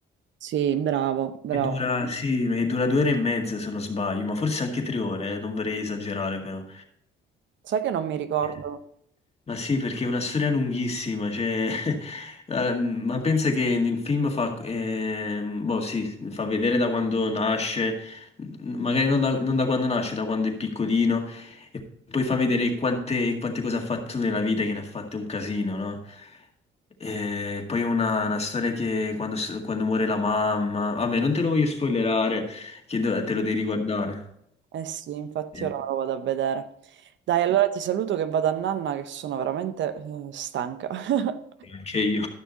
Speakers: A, on the right; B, on the left.
A: Sì, bravo, bravo.
B: E dura, sì, e dura due ore e mezza se non sbaglio, ma forse anche tre ore, eh, non vorrei esagerare però.
A: Sai che non mi ricordo?
B: Eh. Ma sì, perché è una storia lunghissima, cioè, <laughs> ehm, ma pensa che nel film fa, ehm, boh, sì, fa vedere da quando nasce, m- magari non da, non da quando nasce, da quando è piccolino, e poi fa vedere quante, quante cose ha fatto nella vita, che ne ha fatte un casino, no? E poi è una, una storia che quando, s- quando muore la mamma, vabbè, non te lo voglio spoilerare, che do- te lo devi riguardare.
A: Eh sì, infatti
B: Eh,
A: ora me lo vado a vedere. Dai, allora ti saluto che vado a nanna che sono veramente eh, stanca. <laughs>
B: Anche io.